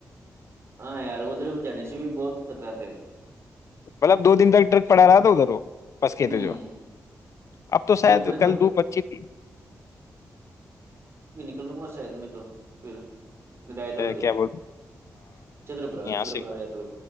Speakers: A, on the right; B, on the left.
A: ہاں یار ادھر بھی جانی کش بھی بہت کترات
B: مطلب دو دن تک ٹرک پڑا رہا تھا ادھر وہ بس کے
A: ہ
B: تھے جو اب تو شاید
A: میں تو
B: کل دھوپ اچھی تھی
A: کل لوں گا شاید میں تو پھر رایت لوگ
B: کیا بول
A: چترپورہ چترپورہ
B: یہ س
A: رایت لوگ